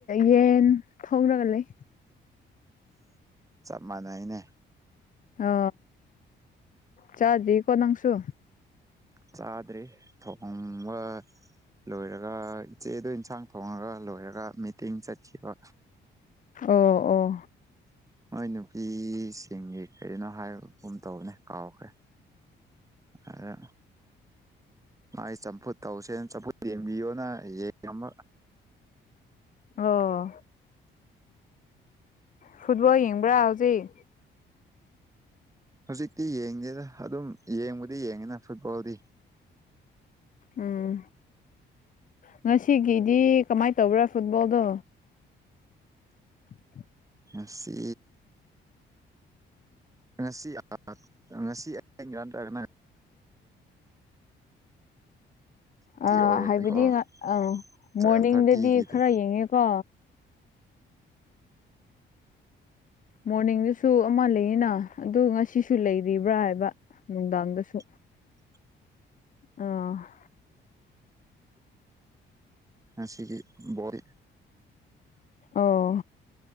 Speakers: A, on the left; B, on the right.
A: ꯌꯦꯟ ꯊꯣꯡꯅꯒ ꯂꯩ
B: ꯆꯞ ꯃꯥꯟꯅꯩꯅꯦ
A: ꯑ ꯆꯥꯗꯤ ꯀꯣꯅꯥꯪꯁꯨ
B: ꯆꯥꯗ꯭ꯔꯦ ꯊꯣꯡꯕ ꯂꯣꯏꯔꯒ ꯆꯦꯗ ꯏꯟꯁꯥꯡ ꯊꯣꯡꯉꯒ ꯂꯣꯏꯔꯒ ꯃꯤꯇꯤꯡ ꯆꯠꯈꯤꯕ
A: ꯑꯣ ꯑꯣ
B: ꯃꯣꯏ ꯅꯨꯄꯤꯁꯤꯡꯒꯤ ꯀꯅꯣ ꯍꯥꯏꯕꯒꯨꯝ ꯇꯧꯕꯅꯦ ꯀꯥꯎꯈ꯭ꯔꯦ ꯑꯗ ꯃꯥꯏ ꯆꯝꯐꯨꯠ ꯇꯧꯁꯦꯅ ꯆꯝꯐꯨꯠ ꯌꯦꯡꯕꯤꯌꯣꯅ ꯌꯦꯡ
A: ꯑꯣ ꯐꯨꯠꯕꯣꯜ ꯌꯦꯡꯕ꯭ꯔꯥ ꯍꯧꯖꯤꯛ
B: ꯍꯧꯖꯤꯛꯇꯤ ꯌꯦꯡꯗꯦꯗ ꯑꯗꯨꯝ ꯌꯦꯡꯕꯨꯗꯤ ꯌꯦꯡꯉꯤꯅ ꯐꯨꯠꯕꯣꯜꯗꯤ
A: ꯎꯝ ꯉꯁꯤꯒꯤꯗꯤ ꯀꯃꯥꯏꯅ ꯇꯧꯕ꯭ꯔꯥ ꯐꯨꯠꯕꯣꯜꯗꯣ <inaudible>
B: ꯑꯁꯤ ꯉꯁꯤ ꯉꯁꯤ ꯑ ꯅꯠꯇ꯭ꯔꯒ
A: ꯑ
B: ꯑꯣꯏꯔꯅꯤꯀꯣ
A: ꯍꯥꯏꯕꯗꯤ ꯑꯥ
B: ꯇꯨꯋꯦꯜꯞ
A: ꯃꯣꯔꯅꯤꯡꯗꯗꯤ
B: ꯊꯥꯔꯇꯤꯒꯤꯗ
A: ꯈꯔ ꯌꯦꯡꯉꯦꯀꯣ ꯃꯣꯔꯅꯤꯡꯗꯨꯁꯨ ꯑꯃ ꯂꯩꯌꯦꯅ ꯑꯗꯨ ꯉꯁꯤꯁꯨ ꯂꯩꯔꯤꯕ꯭ꯔꯥ ꯍꯥꯏꯕ ꯅꯨꯡꯗꯥꯡꯗꯁꯨ
B: <inaudible>
A: ꯑ
B: ꯁꯤꯒꯤ ꯣꯔ
A: ꯑꯣ